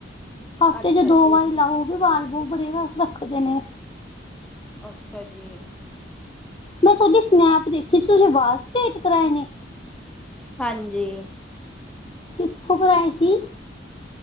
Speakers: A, on the left (about 25°); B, in the centre.
A: ਹਫ਼ਤੇ
B: ਅੱਛਾ
A: ਚ ਦੋ
B: ਜੀ,
A: ਵਾਰੀ ਲਾਓ ਉਹ ਵੀ ਵਾਲ ਬੋ ਬੜੇ ਰੱਖਦੇ ਨੇ
B: ਅੱਛਾ ਜੀ
A: ਮੈਂ ਤੁਹਾਡੀ ਸਨੈਪ ਦੇਖੀ ਸੀ। ਤੁਸੀਂ ਬਾਲ ਸਟੇਟ ਕਰਵਾਏ ਨੇਂ।
B: ਹਾਂਜੀ।
A: ਕਿੱਥੋਂ ਕਰਾਏ ਸੀ।